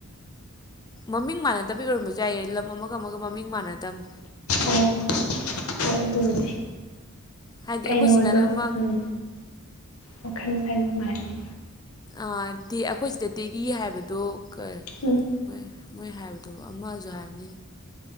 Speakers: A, on the left; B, on the left.
A: ꯃꯃꯤꯡ ꯃꯥꯟꯅꯗꯕ ꯏ ꯑꯣꯏꯔꯝꯕꯁꯨ ꯌꯥꯏꯌꯦ ꯂꯝ ꯑꯃꯒ ꯑꯃꯒ ꯃꯃꯤꯡ ꯃꯥꯟꯅꯗꯕ
B: ꯑꯣ ꯍꯣꯏ ꯑꯗꯨꯕꯨꯗꯤ
A: ꯍꯥꯏꯗꯤ
B: ꯀꯩꯅꯣꯗꯣ
A: ꯑꯩꯈꯣꯏ ꯁꯤꯗꯅ ꯑꯃ
B: ꯎꯝ ꯃꯈꯜ ꯃꯈꯟ ꯃꯥꯖꯦ
A: ꯑꯩꯈꯣꯏ ꯁꯤꯗ ꯇꯦꯔꯤ ꯍꯥꯏꯕꯗꯨ ꯀꯔꯤ
B: ꯎꯝ
A: ꯃꯣꯏ ꯃꯣꯏ ꯍꯥꯏꯕꯗꯨꯕꯨ ꯑꯃꯖꯨ ꯍꯥꯏꯕꯅꯤ